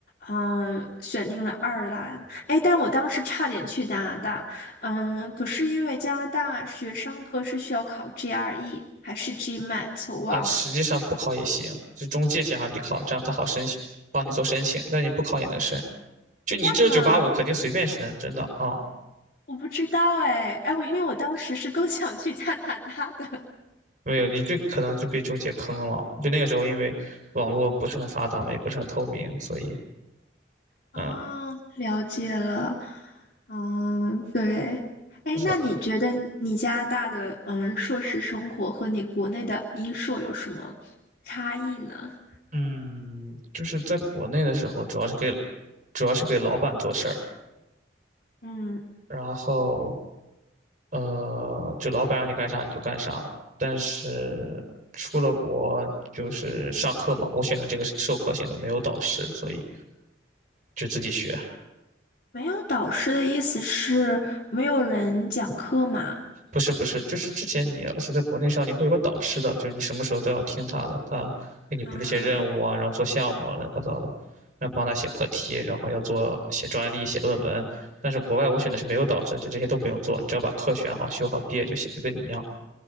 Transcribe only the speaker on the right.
啊，实际上不考也行，是中介想让你考，
这样他好申请，帮你做申请，但你不考也能申。就你这九八五肯定随便申，
真的啊。
没有，你就可能就被中介坑了。就那个时候，因为网络不是很发达嘛，也不是很透明，所以，
嗯，
是的，
嗯，就是在国内的时候，主要是给，主要是给老板做事儿，
然后，呃，就老板让你干啥你就干啥。但是出了国就是上课嘛，我选的这个是授课型的，没有导师，所以就自己学。
不是不是，就是之前你要是在国内上，你会有个导师的，就是你什么时候都要听他的，他给你布置一些任务啊，
然后做项目啊，乱七八糟的，然后帮他写课题，然后要做写专利、写论文。但是国外我选的是没有导师的，就这些都不用做，你只要把课选好、修好、毕业就行，就跟你一样。